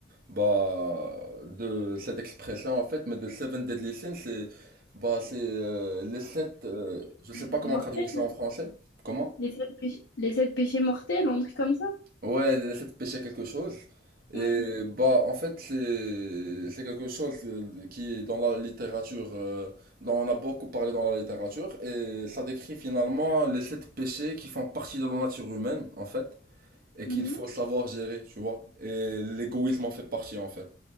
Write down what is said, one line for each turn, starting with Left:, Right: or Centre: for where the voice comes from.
Right: bah, de cette expression, en fait. Mais The Seven Deadly Sins, c'est, bah, c'est euh, les sept. euh, je sais
Left: euh,
Right: pas comment
Left: mortel.
Right: traduire ça en français. Comment?
Left: Les sept péchés, les sept péchés mortels ou un truc comme ça?
Right: Ouais, elle essaie de pêcher quelque chose. Et
Left: Ouais.
Right: bah, en fait, c'est c'est quelque chose euh, qui est dans la littérature, euh, dont on a beaucoup parlé dans la littérature, et ça décrit finalement les sept péchés qui font partie de la nature humaine, en fait, et
Left: mhm,
Right: qu'il faut savoir gérer, tu vois. Et l'égoïsme en fait partie, en fait,